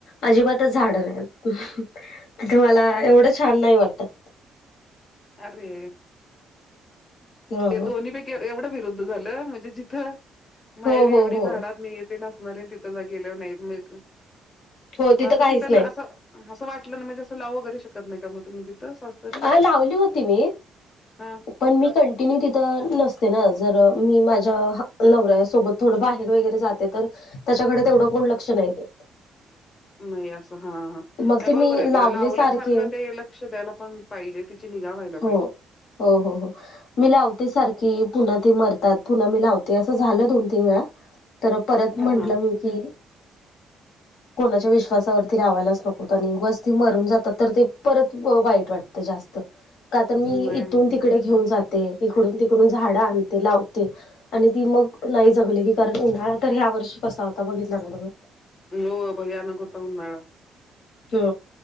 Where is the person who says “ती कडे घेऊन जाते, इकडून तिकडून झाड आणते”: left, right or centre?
Left